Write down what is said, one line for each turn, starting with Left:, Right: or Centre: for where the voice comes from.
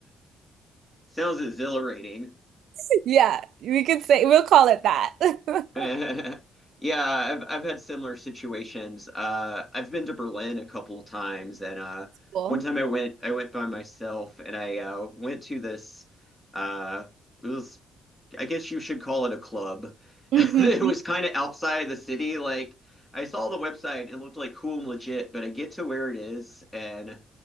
Centre: Sounds exhilarating.
Right: <laughs> yeah, we could say we'll call it that. <laughs>
Centre: <laughs> Yeah, I've I've had similar situations. Uh, I've been to Berlin a couple of times, and uh,
Right: Cool.
Centre: one time I went I went by myself, and I uh, went to this. Uh, it was I guess you should call it a club. <laughs>
Right: hmm
Centre: It was kind of outside the city. Like I saw the website and it looked like cool and legit, but I get to where it is and